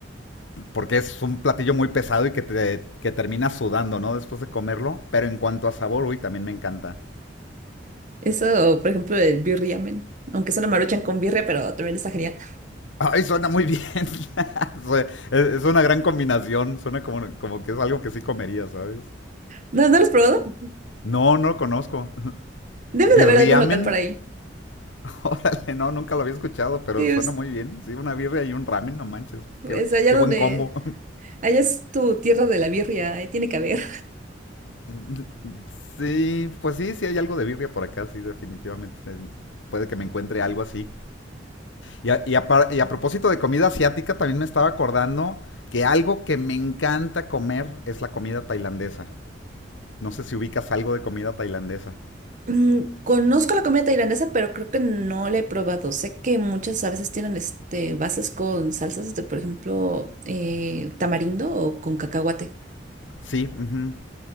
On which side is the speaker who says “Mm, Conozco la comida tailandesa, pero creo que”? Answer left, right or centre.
Right